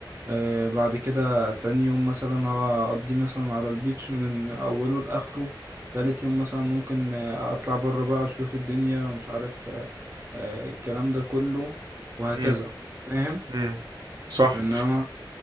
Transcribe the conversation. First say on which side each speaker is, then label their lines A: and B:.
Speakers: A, on the right; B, on the right.
A: آه، بعد كده تاني يوم مثلا هقضي مثلا على البيتش من اوله لاخره تالت يوم مثلا ممكن آه، اطلع بره بقى اشوف الدنيا مش عارف آه، آه، الكلام ده كله وهكذا
B: امم
A: فاهم
B: امم صح
A: انما